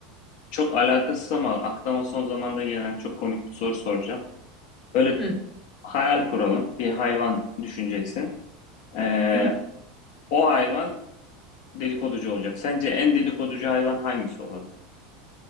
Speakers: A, on the left; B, on the left.
A: çok alakasız ama aklıma son zamanda gelen çok komik bir soru soracağım. Böyle
B: Hı.
A: hayal kuralım. Bir hayvan düşüneceksin. Ee,
B: Hı hı.
A: o hayvan dedikoducu olacak. Sence en dedikoducu hayvan hangisi olurdu?